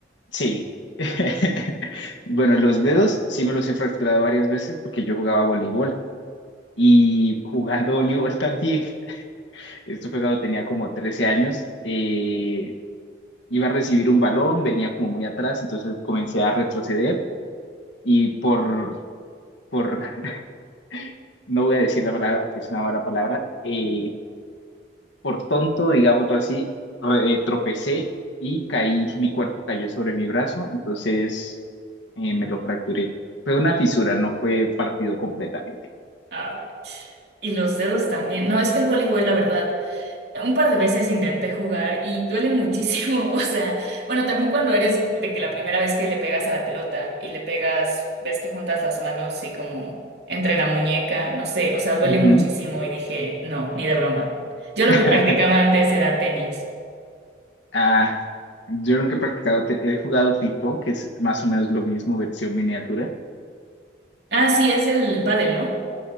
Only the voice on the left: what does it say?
sí. <laughs> Bueno, los dedos sí me los he fracturado varias veces porque yo jugaba voleibol y jugando voleibol también, <laughs> esto fue cuando tenía como 13 años, eh, iba a recibir un balón, venía como muy atrás, entonces comencé a retroceder y por, por, <laughs> no voy a decir la palabra porque es una mala palabra, eh, por tonto, digámoslo así, re- eh, tropecé y caí, mi cuerpo cayó sobre mi brazo, entonces... eh, me lo fracturé. Fue una fisura, no fue partido completamente.
Ujú.
<laughs>
Ah, yo nunca he practicado, te- he jugado ping-pong, que es más o menos lo mismo, versión miniatura.